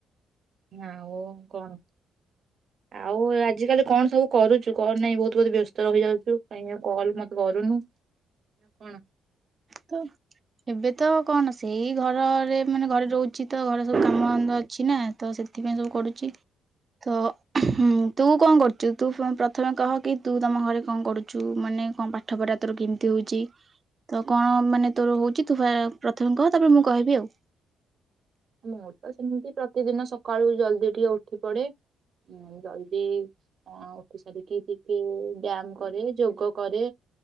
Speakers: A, on the right; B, on the right.
A: ନାଆଉ କଣ ଆଉ ଆଜିକାଲି କଣ ସବୁ କରୁଛୁ କଣ ନାହିଁ ବହୁତ ବହୁତ ବ୍ୟସ୍ତ ରହି ଯାଉଛୁ କାହିଁ ଆଉ କଲ ମତେ କରୁନୁ କଣ?
B: ତ ଏବେ ତ କଣ ସେଇ ଘରେରେ ମାନେ ଘରେ ରହୁଛି ତ ଘରେ ସବୁ କାମଦନ୍ଦା ଅଛି ନା ତ ସେଥିପାଇଁ ସବୁ କରୁଛି ତ ଉଁ ତୁ କଣ କରୁଛୁ ତୁ ପ୍ରଥମେ କହ କି ତୁ ତମ ଘରେ କଣ କରୁଛୁ ମାନେ କଣ ପାଠ ପଢା ତୋର କିଣତି ହଉଛି ତ କଣ ମାନେ ତୋର ହଉଛି ତୁ ଫେର ପ୍ରଥମେ କହ ତାପରେ ମୁଁ କହିବି ଆଉ।
A: ମୁଁ ତ ସେମିତି ପ୍ରତିଦିନ ସକାଳୁ ଜଲଦି ଟିକେ ଉଠି ପଡେ ଉ ଜଲଦି ମା ଉଠି ସାରିକି ଟିକେ ବ୍ୟାୟାମ କରେ ଯୋଗ କରେ